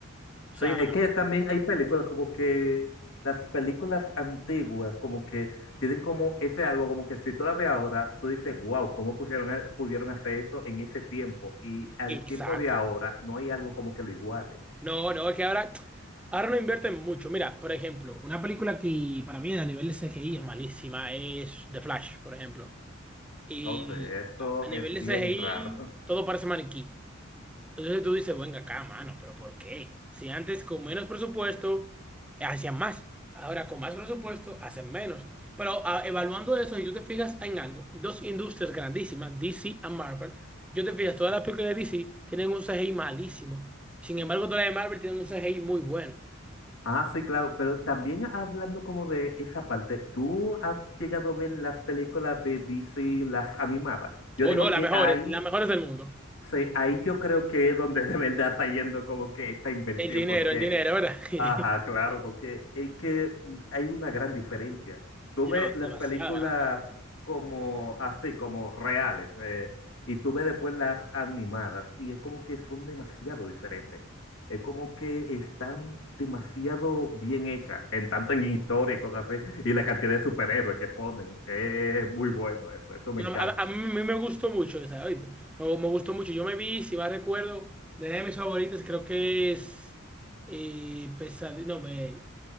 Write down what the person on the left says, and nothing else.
Sí,
es que también hay películas como que las películas antiguas como que tienen como ese algo como que si tú la ves ahora, tú dices, wow, ¿cómo pusieron, a- pudieron hacer eso en ese tiempo? Y al
tiempo de ahora no hay algo como que lo iguale.
O sea, eso
es
bien
raro. <laughs>
Ah, sí, claro, pero también hablando como de esa parte, ¿tú has llegado a ver las películas de DC, las animadas? Yo
digo
que
hay
Sí, ahí yo creo que es donde de verdad está yendo como que esa inversión,
porque,
ajá, claro, porque es que hay una gran diferencia. Tú
ves las
películas
como así, como reales, eh, y tú ves después las animadas, y es como que son demasiado diferentes. Es como que están demasiado bien hechas, en tanto en historia y cosas así, y la cantidad de superhéroes que ponen, es muy bueno eso, eso me
encanta
también.